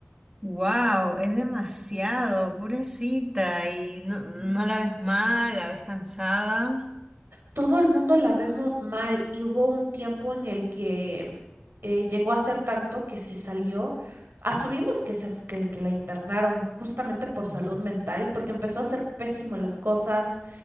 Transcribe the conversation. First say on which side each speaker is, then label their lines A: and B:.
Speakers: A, on the right; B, on the right.
A: Wow, es demasiado, pobrecita. Y no, no la ves mal, la ves cansada.
B: Todo el mundo la vemos mal y hubo un tiempo en el que eh, llegó a ser tanto que se salió. Asumimos que, se, f- que, que la internaron justamente por
A: Ujú.
B: salud mental, porque empezó a hacer pésimo las cosas